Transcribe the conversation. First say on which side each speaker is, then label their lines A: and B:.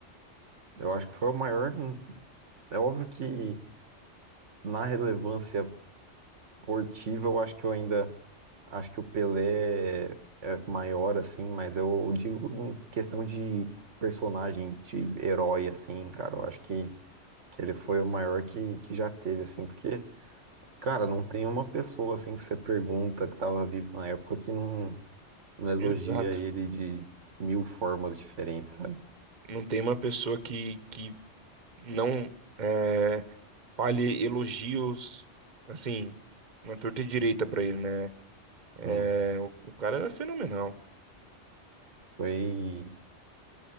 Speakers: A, on the right; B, on the right.
A: Eu acho que foi o maior. É óbvio que na relevância esportiva, eu acho que eu ainda. Acho que o Pelé é maior, assim, mas eu digo em questão de personagem, de herói, assim, cara. Eu acho que, que ele foi o maior que, que já teve, assim, porque. Cara, não tem uma pessoa assim que você pergunta que tava vivo na época que não, não elogia
B: Exato.
A: ele de mil formas diferentes, sabe?
B: Não tem uma pessoa que, que não é, fale elogios, assim, na torta e direita pra ele, né? É,
A: Sim,
B: o, o cara era fenomenal.
A: foi